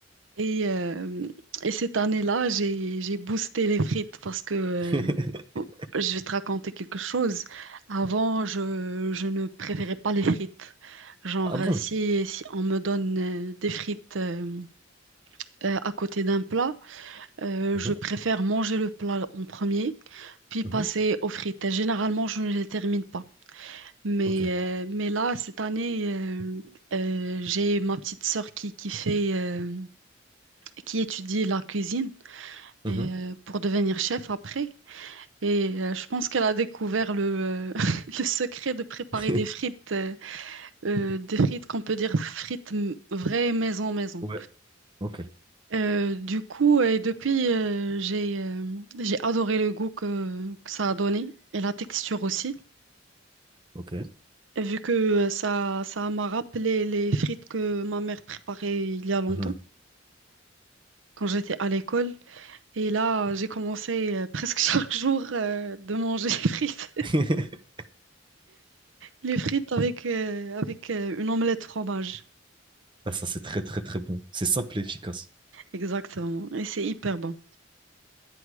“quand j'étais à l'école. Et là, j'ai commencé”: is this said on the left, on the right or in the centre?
Right